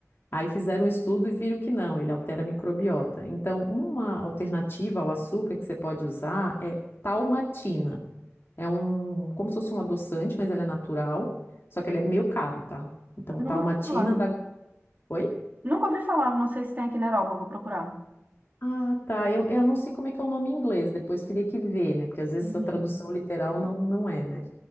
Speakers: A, on the left; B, on the right.
A: Aí fizeram um estudo e viram que não, ele altera a microbiota. Então, uma alternativa ao açúcar que você pode usar é talmatina. É um, como se fosse um adoçante, mas ele é natural. Só que ele é meio caro, tá? Então,
B: Nunca
A: Dalmatina
B: ouvi falar.
A: da. Oi?
B: Nunca ouvi falar, não sei se tem aqui na Europa, vou procurar.
A: Ah, tá. Eu, eu não sei como é que é o nome em inglês, depois teria que ver, né? Porque às vezes
B: Uhum.
A: a tradução literal não, não é, né?